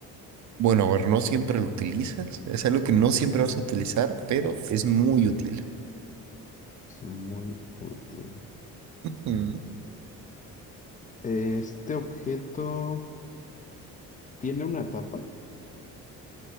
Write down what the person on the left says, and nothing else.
Es muy útil.
Este objeto tiene una tapa.